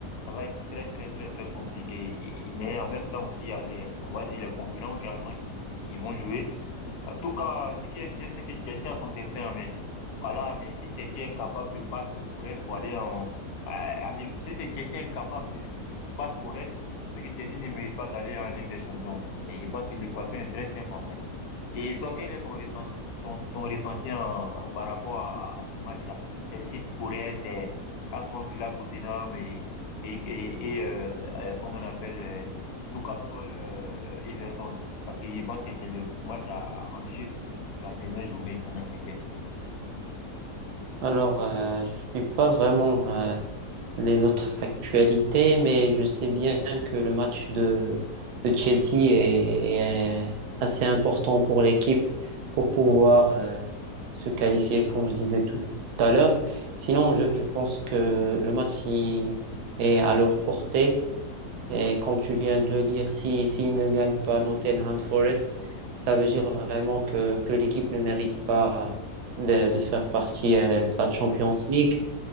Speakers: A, on the left; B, on the right.
A: Ça va être très, très, très, très compliqué. Et- mais en même temps aussi, il y a les, on va dire, les concurrents également qui, qui, qui vont jouer. En tout cas, ce qui est bien, c'est que Chelsea a son destin en main. Voilà, mais si Chelsea est incapable de battre Forest pour aller en, euh, en Ligue, si c'est Chelsea est incapable de, de battre Forest, c'est que Chelsea ne mérite pas d'aller en Ligue des Champions. C'est, je pense que l'équation est très simple, en fait. Et toi, quel est ton, ressent- ton, ton ressenti en- euh, par rapport à, à ces matchs-là? Chelsea Forest, c'est Aston Villa Tottenham et, et, et, et, euh, euh, comment on appelle euh, Newcastle euh, Everton. Parce que je pense que c'est le match à, à Angers pour la dernière journée en Angleterre.
B: Alors, euh, je ne suis pas vraiment euh, les autres actualités, mais je sais bien que le match de, de Chelsea est, est euh, assez important pour l'équipe pour pouvoir euh, se qualifier, comme je disais tout à l'heure. Sinon, je, je pense que le match il est à leur portée. Et comme tu viens de le dire, si, s'ils ne gagnent pas Nottingham Forest, ça veut dire vraiment que, que l'équipe ne mérite pas de, de faire partie euh, de la Champions League.